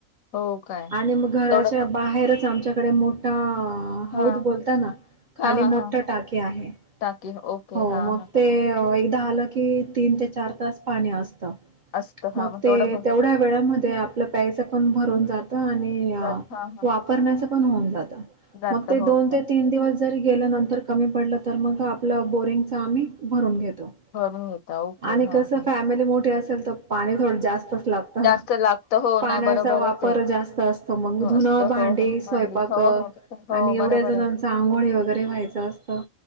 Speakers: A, on the left; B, on the right.
A: हो काय
B: आणि मग घराच्या
A: तेवढं
B: बाहेरच आमच्याकडे मोठा हौद
A: हा
B: बोलताना खाली
A: हा हा
B: मोठा
A: हा हा
B: टाकी आहे.
A: टाकी ओके
B: हो
A: हा
B: मग
A: हा
B: ते
A: हा
B: एकदा आलं की तीन ते चार तास पाणी असत.
A: असतं हा
B: मग ते
A: तेवढं बघ
B: तेवढ्या वेळामध्ये आपलं प्यायचं पण भरून जातं आणि
A: हा हा
B: वापरण्याचं पण होऊन जातं.
A: जात
B: मग ते दोन
A: हो का
B: ते तीन दिवस जरी गेलं नंतर कमी पडलं तर मग आपलं बोरिंगच आम्ही भरून घेतो
A: भरून घेता ओके
B: आणि
A: हा
B: कसं
A: हा.
B: फॅमिली मोठी असेल तर पाणी थोडं जास्तच लागतं
A: जास्त लागत हो
B: पाण्याचा
A: नाही बरोबरच
B: वापर
A: आहे
B: जास्त असतो मग
A: हो
B: धुनं,
A: असतं
B: भांडे,
A: हो हो
B: स्वयंपाक
A: मांडली हो हो हो
B: आणि एवढ्या
A: बरोबर
B: जणांच
A: आहे
B: आंघोळी वगैरे व्हायचं असतं.